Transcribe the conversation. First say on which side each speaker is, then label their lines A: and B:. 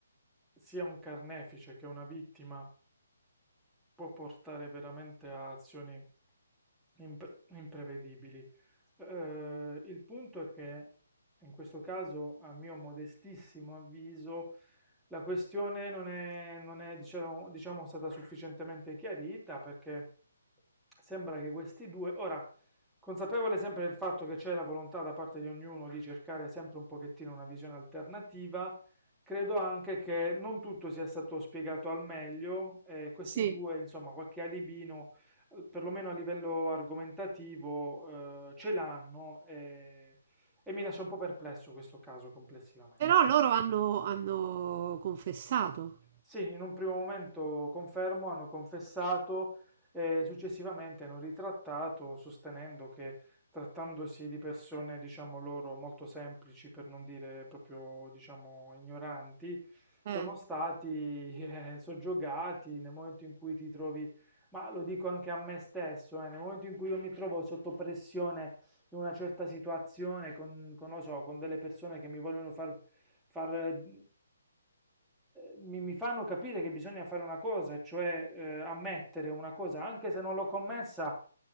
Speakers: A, in the centre; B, on the right (about 35°).
A: sia un carnefice che una vittima può portare veramente a azioni impre- imprevedibili. Eh, il punto è che in questo caso, a mio modestissimo avviso, la questione non è, non è, diciamo, diciamo, stata sufficientemente chiarita perché sembra che questi due, ora, consapevole sempre del fatto che c'è la volontà da parte di ognuno di cercare sempre un pochettino una visione alternativa, credo anche che non tutto sia stato spiegato al meglio e questi
B: Sì.
A: due, insomma, qualche alibino, eh, perlomeno a livello argomentativo, eh, ce l'hanno e, e mi lascia un po' perplesso questo caso complessivamente.
B: Però loro hanno, hanno confessato.
A: Sì, in un primo momento confermo, hanno confessato e successivamente hanno ritrattato sostenendo che trattandosi di persone, diciamo loro, molto semplici, per non dire proprio, diciamo, ignoranti, sono
B: eh.
A: stati <laughs> eh, soggiogati nel momento in cui ti trovi, ma lo dico anche a me stesso, eh, nel momento in cui io mi trovo sotto pressione in una certa situazione con, con, lo so, con delle persone che mi vogliono far, far, eh, mi, mi fanno capire che bisogna fare una cosa, cioè eh, ammettere una cosa, anche se non l'ho commessa,